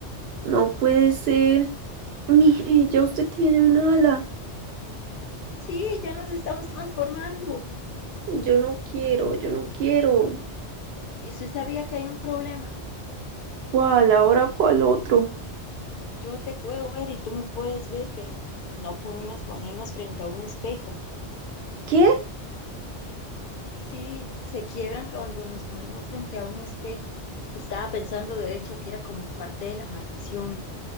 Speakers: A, on the right; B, on the left.
A: No puede ser. Mire, ya usted tiene un ala.
B: Sí, ya nos estamos transformando.
A: Yo no quiero, yo no quiero.
B: Y usted sabía que hay un problema.
A: ¿Cuál? ¿Ahora cuál otro?
B: Yo te puedo ver y tú me puedes ver, pero no podemos ponernos frente a un espejo.
A: ¿Qué?
B: Sí, se quiebran cuando nos ponemos frente a un espejo. Estaba pensando, de hecho, que era como parte de la maldición.